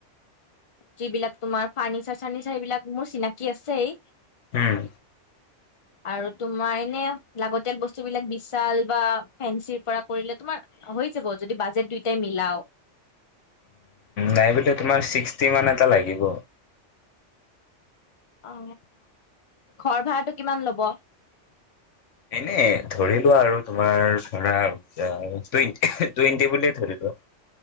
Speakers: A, on the left; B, on the left.
A: যিবিলাক তোমাৰ ফাৰ্নিচাৰ-চাৰ্নিচাৰ সেইবিলাক মোৰ চিনাকি আছেই।
B: হুম।
A: আৰু তোমাৰ এনে লাগতিয়াল বস্তু বিলাক বিছাল বা ফেঞ্চিৰ পৰা কৰিলে তোমাৰ হৈ যাব যদি বাজেট দুইটাই মিলাও।
B: নাই বোলে তোমাৰ ছিক্সটি মান এটা লাগিব।
A: অ, ঘৰ ভাড়াটো কিমান লব?
B: এনে ধৰিলোৱা আৰু তোমাৰ ধৰা টুৱেট টুৱেণ্টি বুলিয়ে ধৰি লোৱা।